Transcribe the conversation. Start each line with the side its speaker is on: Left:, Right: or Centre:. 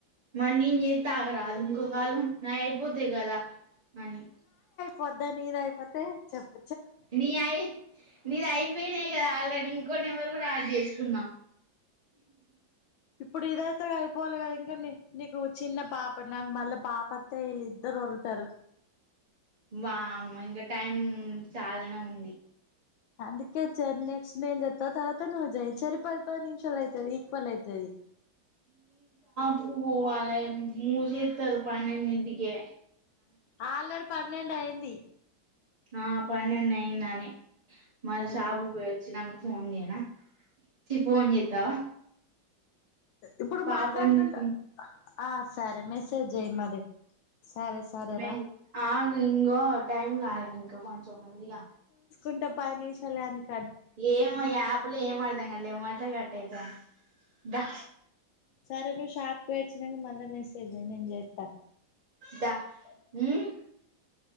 Right: మరి నేను చేస్త తాకరాదు ఇంకోకళం నా అయిపోతాయి కదా అని
Left: పొద్దా నీది అయిపోతే చెప్
Right: నీ అయి నీది అయిపోయినయ్ గదా ఆల్రెడీ ఇం కొ నెంబర్ కూడా ఆడ్ చేసుకున్నా
Left: ఇప్పుడు ఇదైతే అయిపోవాలి కదా ఇంకాంని నీకు చిన్న పాప నాకు మళ్ళ పాప వత్తే ఈలిద్దరువర్లుతరు.
Right: వామో ఇంగా టైం చాలానే ఉంది.
Left: అందుకే చ నెక్స్ట్ నైన్ జెప్తా తరువాత నువ్వు జేయ్ చెరి పదిపది నిమిషాలు అయితది ఈక్వల్ అయితది.
Right: పూల్ పోవాలే మూసేస్తారు పన్నెడింటికే
Left: ఆల్ రెడీ పన్నెండు అయింది.
Right: ఆ పన్నెండు అయిందని మళ్ళీ
Left: ఆ
Right: షాపు పోయి వచ్చి నంక ఫోన్ జేయనా చి ఫోన్ జేత్తవా
Left: ఇప్పుడు
Right: పాప
Left: మాట్లాడుకుంటా
Right: ఉందితం
Left: ఆ సరే మెసేజ్ జేయ్ మరి సరే సరేరా
Right: మే ఆగు ఇంగో టైం గాలే ఇంకా కొంచం ఉంది గా
Left: ఉంట పది నిమిషాలు అందుకే
Right: ఏమో యాపుల ఏం అర్ధం గాట్లే ఎమ్మటే కట్ట్ అయితుంది దా
Left: సరే నువ్వు షాప్కి పోయి వచ్చినంక మళ్ళా మెసేజ్ జేయ్ నేను జేత్తా
Right: దా ఉమ్